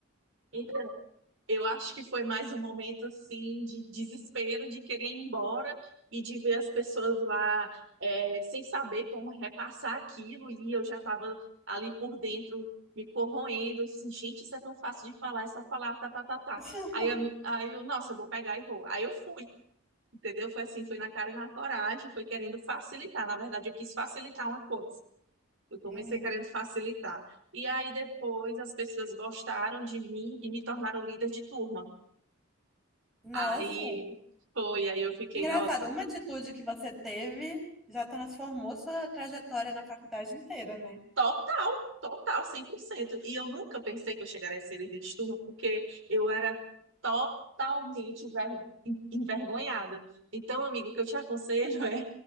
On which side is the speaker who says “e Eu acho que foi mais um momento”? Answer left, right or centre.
Right